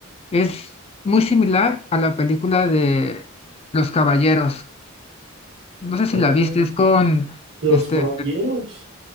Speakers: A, on the left; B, on the right.
A: es muy similar a la película de Los Caballeros. No sé si
B: Oh,
A: la viste, es con
B: Los
A: este
B: Caballeros.